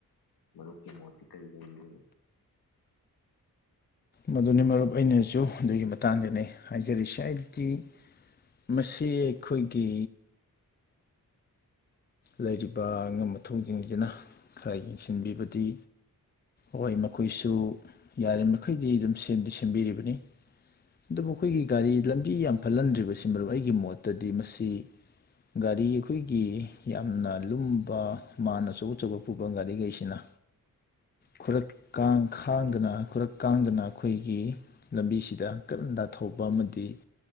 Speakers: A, on the left (about 85°); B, on the left (about 30°).
A: ꯃꯔꯨꯞꯀꯤ ꯃꯣꯠꯇꯤ ꯀꯔꯤ ꯂꯩꯔꯤꯕꯅꯦ
B: ꯃꯗꯨꯅꯤ ꯃꯔꯨꯞ ꯑꯩꯅꯁꯨ ꯑꯗꯨꯒꯤ ꯃꯇꯥꯡꯗꯅꯦ ꯍꯥꯏꯖꯔꯤꯁꯤꯦ ꯍꯥꯏꯕꯗꯤ ꯃꯁꯤ ꯑꯩꯈꯣꯏꯒꯤ ꯂꯩꯔꯤꯕ ꯑꯉꯝ ꯃꯊꯧꯁꯤꯡꯁꯤꯅ ꯈꯔ ꯌꯦꯡꯁꯤꯟꯕꯤꯕꯗꯤ ꯍꯣꯏ ꯃꯈꯣꯏꯁꯨ ꯌꯥꯔꯤ ꯃꯈꯩ ꯃꯈꯩꯗꯤ ꯑꯗꯨꯝ ꯁꯦꯝꯗꯤ ꯁꯦꯝꯕꯤꯔꯤꯕꯅꯤ ꯑꯗꯨꯕꯨ ꯑꯩꯈꯣꯏꯒꯤ ꯒꯥꯔꯤ ꯂꯝꯕꯤ ꯌꯥꯝ ꯐꯠꯍꯟꯗ꯭ꯔꯤꯕꯁꯤ ꯃꯔꯨꯞ ꯑꯩꯒꯤ ꯃꯣꯠꯇꯗꯤ ꯃꯁꯤ ꯒꯥꯔꯤ ꯑꯩꯈꯣꯏꯒꯤ ꯌꯥꯝꯅ ꯂꯨꯝꯕ ꯃꯥꯥꯟꯅ ꯑꯆꯧ ꯑꯆꯧꯕ ꯄꯨꯕ ꯒꯥꯔꯤꯈꯩꯁꯤꯅ ꯈꯨꯔꯛ ꯀꯥꯡ ꯈꯥꯡꯗꯅ ꯈꯨꯔꯛ ꯀꯥꯡꯗꯅ ꯑꯩꯈꯣꯏꯒꯤ ꯂꯝꯕꯤꯁꯤꯗ ꯍꯪꯀꯛꯟꯗꯥ ꯊꯧꯕ ꯑꯃꯗꯤ